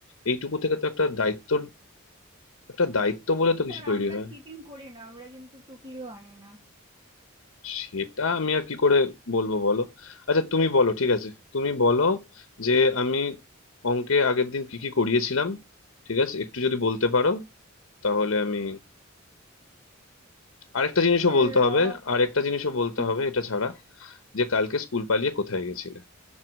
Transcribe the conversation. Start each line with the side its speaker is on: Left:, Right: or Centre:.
Left: এইটুকু থেকে তো একটা দায়িত্ব একটা দায়িত্ব বলে তো কিছু
Right: স্যার
Left: তৈরি
Right: আমরা
Left: হয়
Right: চিটিং করি না আমরা কিন্তু টুকলিও আনি না
Left: সেটা আমি আর কি করে বলবো বলো আচ্ছা তুমি বলো ঠিক আছে তুমি বলো যে আমি অঙ্কে আগের দিন কি কি করিয়েছিলাম ঠিক আছে একটু যদি বলতে পারো তাহলে আমি আরেকটা জিনিসও
Right: স্যার
Left: বলতে হবে
Right: আহ,
Left: আরেকটা জিনিসও বলতে
Right: হুম,
Left: হবে এটা ছাড়া যে কালকে স্কুল পালিয়ে কোথায় গেছিলে